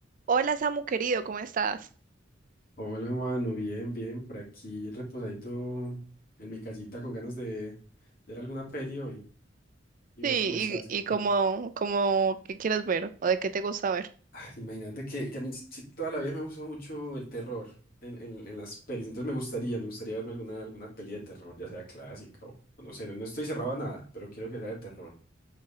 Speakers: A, on the right; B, on the left.
A: Hola Samu querido, ¿cómo estás?
B: Hola, mano, bien, bien, por aquí reposadito en mi casita con ganas de ver alguna peli hoy. ¿Y
A: Sí,
B: vos cómo estás?
A: y,
B: Contame.
A: y como, como, ¿qué quieres ver? ¿O de qué te gusta ver?
B: Ay, imagínate que, que a mí sí, toda la vida me gustó mucho el terror en, en- en las pelis, entonces me gustaría, me gustaría verme alguna, alguna peli de terror, ya sea clásica o o no sé, no, no estoy cerrado a nada, pero quiero que sea de terror,